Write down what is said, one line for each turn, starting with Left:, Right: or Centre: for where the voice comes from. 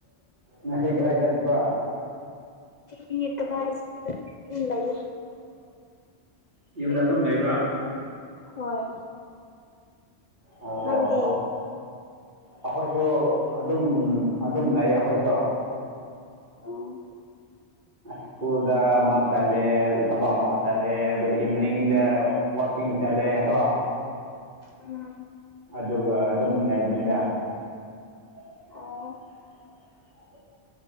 Right: ꯉꯁꯤ ꯀꯗꯥꯏ ꯆꯠꯄ꯭ꯔ
Left: ꯁꯤꯀꯕꯥ ꯂꯩ
Right: ꯌꯨꯝꯗ ꯑꯗꯨꯝ ꯂꯩꯕ꯭ꯔꯥ
Left: ꯍꯣꯏ
Right: ꯑꯣ
Left: ꯅꯪꯗꯤ
Right: ꯑꯩꯈꯣꯏꯁꯨ ꯑꯗꯨꯝ ꯑꯗꯨꯝ ꯂꯩ ꯑꯩꯈꯣꯏꯁꯨ
Left: ꯑ
Right: ꯁ꯭ꯀꯨꯜꯗ ꯃꯥ ꯆꯂꯦ ꯊꯕ ꯃꯥ ꯆꯂꯦ ꯑꯗꯣ ꯏꯚꯤꯅꯤꯡꯗ ꯋꯥꯋꯀꯤꯡ ꯆꯠꯂꯦ ꯍꯣ
Left: ꯎꯝ
Right: ꯑꯗꯨꯒ ꯑꯗꯨꯝ ꯂꯩꯕꯅꯤꯗ <inaudible>
Left: ꯑꯣ